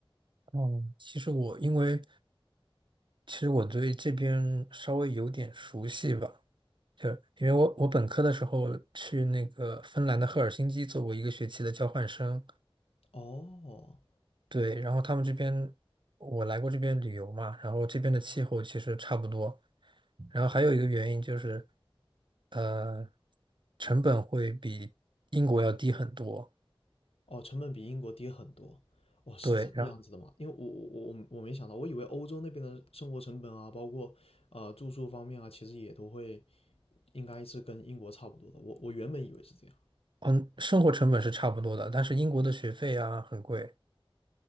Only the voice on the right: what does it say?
嗯，其实我因为其实我对这边稍微有点熟悉吧，就因为我我本科的时候去那个芬兰的赫尔辛基做过一个学期的交换生，
对，然后他们这边我来过这边旅游嘛，然后这边的气候其实差不多，然后还有一个原因就是，呃，成本会比英国要低很多，
对，然后
嗯，生活成本是差不多的，但是英国的学费啊很贵。